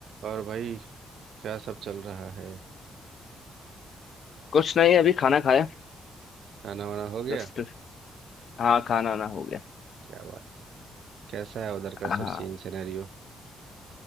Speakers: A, on the right; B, on the left.
A: और भाई क्या सब चल रहा है
B: कुछ नहीं अभी खाना खाया
A: खाना वाना हो गया
B: जस्ट हाँ खाना ना हो गया
A: क्या बात कैसा है उधर का
B: हाँ
A: सब सीन सिनेरियो